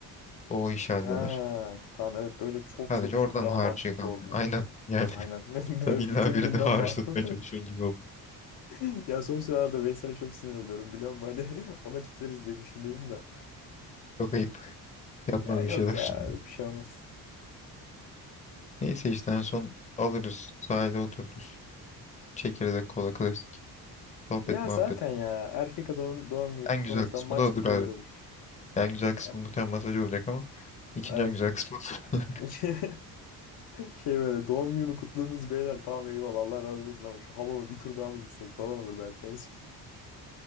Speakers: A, on the left (about 20°); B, on the left (about 70°).
A: O iş halleder.
B: Ha, tamam evet böyle çok
A: Sadece
B: çok çok
A: oradan
B: daha
A: harcı
B: mantıklı
A: kaldı.
B: oldu.
A: Aynen. Yani <laughs>
B: Aynen. <laughs>
A: sen
B: Böyle
A: illa
B: bütün
A: birini
B: günden
A: hariç
B: mahrum.
A: tutmaya çalışıyorsun gibi oldu.
B: <laughs> Ya son sıralarda Veysel'e çok sinir oluyorum biliyor musun? Hani <laughs> ona kitleriz diye düşündüm de.
A: Çok ayıp. Yapma
B: Ya yok
A: bir şeyler.
B: ya
A: <laughs>
B: bir şey olmaz.
A: Neyse işte en son alırız. Sahile otururuz. Çekirdek kola klasik. Sohbet
B: Ya
A: muhabbet.
B: zaten ya erkek adamın doğum günü
A: En
B: kutlamasından
A: güzel kısmı
B: max
A: da odur
B: bu kadar
A: abi.
B: olur.
A: En güzel kısmı
B: Ya,
A: muhtemelen masaj olacak ama ikinci
B: evet.
A: en güzel kısmı. odur. <laughs>
B: <laughs> Şey böyle doğum günümü kutladınız beyler tamam eyvallah Allah razı olsun ama şu hamama bir tur daha mı gitsek falan olur belki en son. <laughs>